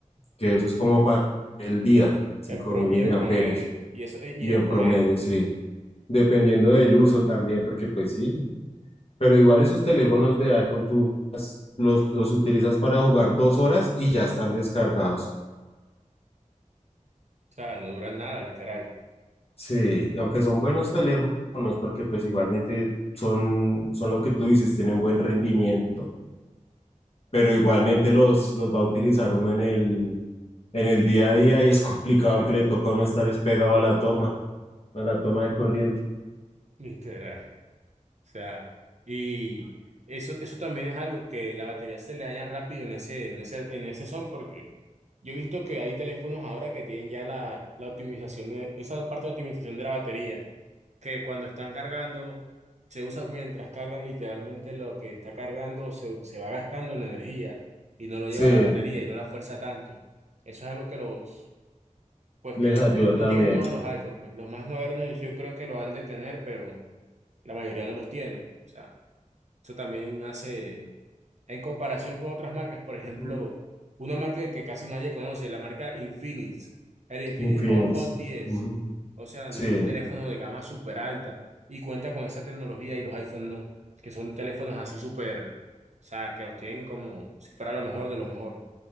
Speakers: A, on the left (about 50°); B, on the right (about 60°).
A: que eso es como para el día, cinco
B: En pro,
A: mil
B: y
A: miliamperios.
B: en promedio. Y eso, eh, y
A: Y
B: en
A: en
B: promedio.
A: promedio,
B: O
A: sí. Dependiendo del uso también, porque pues sí. Pero igual esos teléfonos de iPhone tú los, los utilizas para jugar dos horas y ya están descargados.
B: sea, no dura nada, literal.
A: Sí, y aunque son buenos teléfonos, porque pues igualmente son, son lo que tú dices, tienen buen rendimiento, pero igualmente los, los va a utilizar uno en el, en el día a día y es <laughs> complicado porque le toca a uno estar es pegado a la toma, a la toma de corriente.
B: <laughs> Literal. O sea, y eso, eso también es algo que la batería se le daña rápido en ese, en ese, en ese son, porque yo he visto que hay teléfonos ahora que tienen ya la, la optimización, eh, esa parte de optimización de la batería que cuando están cargando, se usa mientras cargan literalmente lo que está cargando, se, se va gastando en la energía y no lo
A: Sí,
B: lleva la batería y no la fuerza tanto. Eso es algo que los, pues
A: les
B: que no,
A: ayuda
B: no, no
A: también.
B: tienen todos los iPhones, pues los más modernos yo creo que lo han de tener, pero la mayoría no los tienen. O sea, eso también hace en comparación con otras marcas, por ejemplo,
A: Ujú.
B: una marca que casi nadie conoce, la marca Infinix, el Infinix
A: Infinix.
B: Hot, Hot 10.
A: Ujú.
B: O sea,
A: Sí,
B: no es un teléfono de gama súper alta y cuenta con esa tecnología y los iPhone no, que son teléfonos así súper, o sea, que los tienen como si fuera lo mejor de lo mejor.